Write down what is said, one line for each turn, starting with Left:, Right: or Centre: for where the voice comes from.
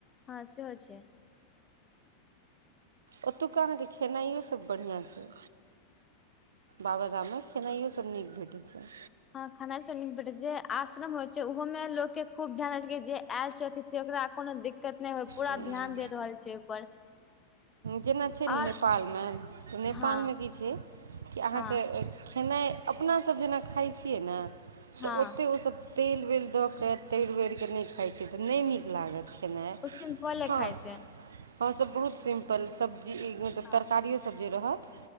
Left: हँ सेहो छै
Right: ओतुका अहाँके खेनाइोसभ बढ़िआँ छै बाबाधामक खेनाइयो सभ नीक भेटै छै
Left: ह खनाइ सब निक भेटै छै जेै आश्रम होइ छै ओहो मे लोक के खूब ध्यान जे आयल छै ओकरा कोनो दिक्कत नहि होइ पूरा
Right: हूँ हूँ
Left: ध्यान दे रहल छै ओहिपर
Right: जेना छै नेपाल
Left: और
Right: मे तऽ नेपालमे
Left: हँ
Right: की छै कि अहाँके
Left: हँ
Right: खेनाइ अपना सब जेना खाइ छियै ने
Left: हँ
Right: तऽ ओते ओसभ तेल वेल दऽ कऽ तर बरि कऽ नहि खाइ छियै तऽ नहि नीक लागत खेनाइ
Left: ओ सिम्पले
Right: हँ
Left: खाइ छै
Right: हम सब बहुत सिम्पल सब्जी मतलब
Left: हँ
Right: तरकारियो सब रहत